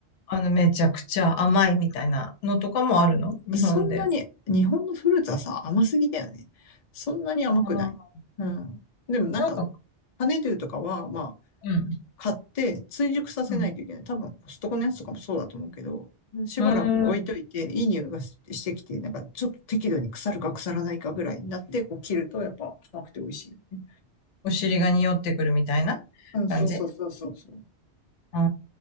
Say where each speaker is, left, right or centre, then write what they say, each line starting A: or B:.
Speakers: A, on the left; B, on the left.
A: あの、めちゃくちゃ甘いみたいなのとかもあるの日本で。
B: そんなに、
A: あ
B: 日本のフルーツはさ、甘すぎだよね。そんなに甘くない。
A: ー
B: うん。でもなんか、
A: なんか、
B: 羽竜とかは、まあ、
A: うん、
B: 買って追熟させないといけない。
A: うん。
B: 多分、コストコのやつとかもそうだと思うけど、しばらく置いといて、
A: うーん、
B: いい匂いがししてきて、なんかちょっと適度に腐るか腐らないかぐらいになって、こう切ると、やっぱ甘くて美味しいよね。
A: お尻が匂ってくるみたいな感じ
B: うん、そうそうそうそうそう。
A: あー、